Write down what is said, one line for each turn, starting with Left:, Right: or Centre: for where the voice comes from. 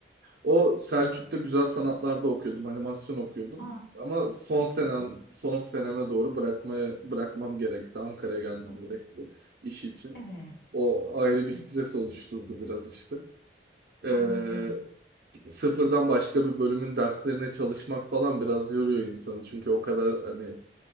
Right: O Selçuk'ta güzel sanatlarda okuyordum, animasyon okuyordum.
Left: Aa,
Right: Ama son
Left: çok
Right: senem,
Left: süper.
Right: son seneme doğru bırakmaya bırakmam gerekti. Ankara'ya gelmem gerekti iş için.
Left: Evet,
Right: O ayrı
Left: evet.
Right: bir stres oluşturdu biraz işte. Ee,
Left: Anladım.
Right: sıfırdan başka bir bölümün derslerine çalışmak falan biraz yoruyor insanı. Çünkü o kadar hani